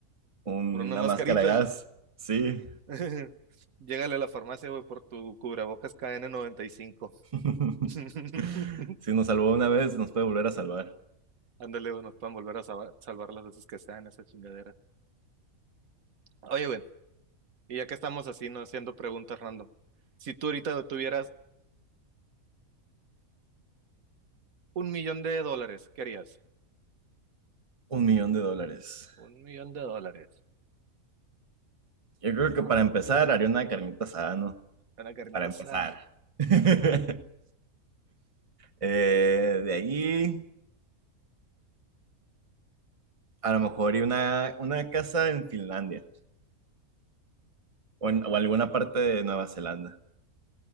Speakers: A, on the right (about 25°); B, on the right (about 80°).
A: una
B: Por una mascarita.
A: máscara de gas. Sí.
B: <laughs> Llégale a la farmacia, güey, por tu cubrebocas kn cinco.
A: <laughs>
B: <laughs>
A: Si nos salvó una vez, nos puede volver a salvar.
B: Ándale, güey, nos puedan volver a salva- salvar, las veces que sean esas chingaderas. Oye, güey, y ya que estamos así, no haciendo preguntas random. Si tú ahorita tuvieras un millón de dólares, ¿qué harías?
A: Un millón de dólares.
B: Un millón de dólares.
A: Yo creo
B: What?
A: que para empezar haría una carnita asada, ¿no?
B: Una carnita
A: Para empezar.
B: asada.
A: <laughs> Eh, de ahí, a lo mejor haría una, una casa en Finlandia o, en, o alguna parte de Nueva Zelanda.